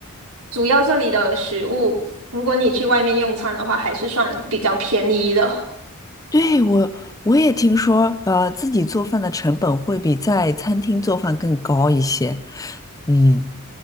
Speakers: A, on the right (about 80°); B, on the left (about 15°).
A: 主要这里的食物，如果你去外面用餐的话，还是算比较便宜的。
B: 对，我我也听说，呃，自己做饭的成本会比在餐厅做饭更高一些。嗯，